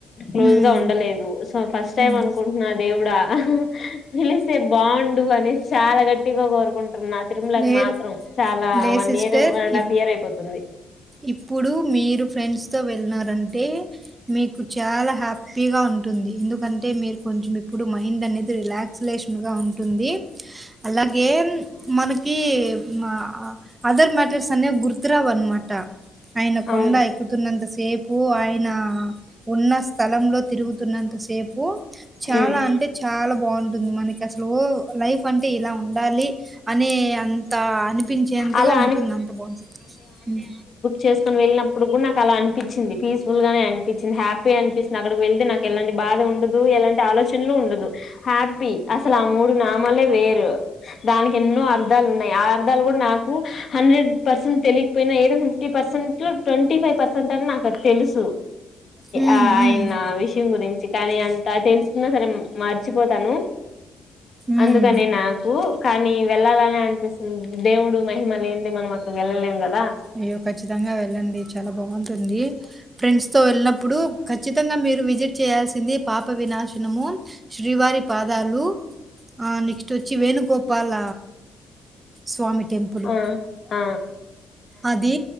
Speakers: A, on the left; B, on the right.
A: క్లోజ్
B: ఉమ్,
A: గా ఉండలేదు సో ఫస్ట్ టైమ్
B: ఉమ్,
A: అనుకుంటున్నా దేవుడు రా పిలిస్తే బాగుండు అనేసి చాలా గట్టిగా కోరుకుంటున్నా తిరుమలకి
B: లేదు
A: మాత్రం చాలా
B: లే
A: one
B: sister
A: year one and
B: ఇప్
A: హాఫ్ ఇయర్ అయిపోతుంది
B: ఇప్పుడు మీరు ఫ్రెండ్స్ తో వెళ్ళిన్నారు అంటే మీకు చాలా హ్యాపీగా ఉంటు ఉంటుంది ఎందుకంటే మీరు కొంచెం ఇప్పుడు మైండ్ అనేది రిలాక్స్లేషన్ గా ఉంటుంది అలాగే మనకి మా ఆ అదర్ మ్యాటర్స్ అనే గుర్తురావు అనమాట ఆయన కొండ
A: అవును
B: ఎక్కుతున్నంత సేపు ఓ అయనా ఉన్న స్థలం లో తిరుగుతున్నంత సేపు చాలా
A: ఉమ్
B: అంటే చాలా బాగుంటుంది మనకి అసలు ఊ లైఫ్ అంటే ఇలా ఉండాలి అనే అంత అనిపించేంతగా
A: అలా
B: ఉంటుంది అంత బాగుంటుంది ఉ
A: చేసుకొని వెళ్లినాం ఇప్పుడు కూడా నాకు అలా అనిపించింది పీస్ఫుల్ గానే అనిపించింది హ్యాపీగా అనిపిస్తుంది అక్కడికి వెళ్తే నాకు ఎలాంటి బాధ ఉండదు ఎలాంటి ఆలోచనలు ఉండదు హ్యాపీ అసలు ఆ మూడు నామాల వేరు దా ఎన్నో అర్థాలు ఉన్నాయి ఆ అర్థాలు కూడా నాకు హండ్రెడ్ పర్సెంట్ తెలికపోయినా ఏదో fifty percent twenty five percent అన్న నాకు అది తెలుసు
B: హ్మ్.
A: ఆ
B: హ్మ్.
A: ఆయన విషయం గురించి కానీ అంత తెలుసుకున్నా సరే మర్చిపో పోతాను
B: హ్మ్.
A: అందుకని నాకు కానీ వెళ్లాలని అనిపిస్తుంది దేవుడు మహిమ లేనిదే మనం అక్కడకి వెళ్ళలేం కదా
B: అయ్యో ఖచ్చితంగా వెళ్ళండి చాలా బాగుంటుంది ఫ్రెండ్స్ తో వెళ్ళినప్పుడు ఖచ్చితంగా మీరు విజిట్ చేయాల్సింది పాప వినాశనము శ్రీవారి పాదాలు నెక్స్ట్ వచ్చి వేణుగోపాల స్వామి టెంపుల్
A: ఆ ఆ
B: అది